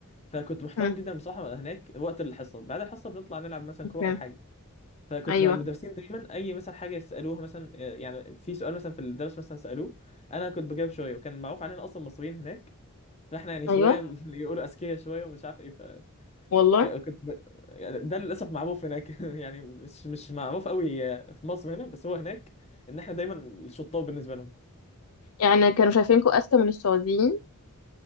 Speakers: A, on the left; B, on the left.
A: فكنت محترم
B: مم،
A: جدا بصراحه هناك وقت الحصه بعد الحصه بنطلع نلعب مثلا
B: اوكي
A: كوره او حاجه فكنت
B: أيوه
A: مع المدرسين دايما اي مثلا حاجه يسالوها مثلا يعني في سؤال مثلا في الدرس مثلا سالوه انا كنت بجاوب شويه وكان معروف علينا اصلا مصريين هناك فاحنا يعني
B: أيوه
A: شويه <laughs> يقولوا اذكياء شويه ومش عارف ايه
B: والله
A: فكنت ب... يعني ده للاسف معروف هناك <laughs> يعني مش مش معروف قوي في مصر هنا بس هو هناك ان احنا دايما الشطار بالنسبه لهم
B: يعني كانوا شايفينكوا أذكى من السعوديين